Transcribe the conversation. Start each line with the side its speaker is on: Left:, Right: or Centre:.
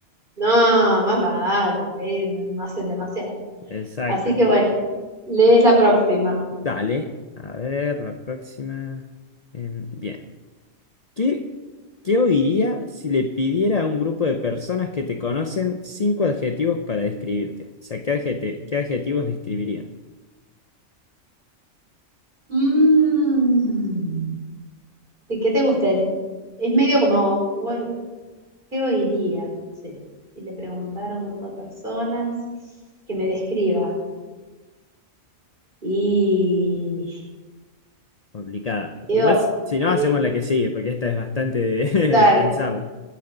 Right: No, más vale, eh, no hacen demasiado.
Left: <laughs> Exacto.
Right: Así que bueno, lees la próxima.
Left: Dale. A ver, la próxima. Em, bien. ¿Qué, qué oiría si le pidiera a un grupo de personas que te conocen cinco adjetivos para describirte? O sea, ¿qué adjete- qué adjetivos describirían?
Right: Mm. ¿Y qué te gustaría? Es medio como, "Bueno, ¿qué oiría? Sí. Y le preguntaron a un grupo de personas que me describa. Y
Left: Complicada.
Right: yo,
Left: Igual si, si no,
Right: sí,
Left: hacemos la que sigue, porque esta es bastante de, <laughs>
Right: dale.
Left: de pensarla.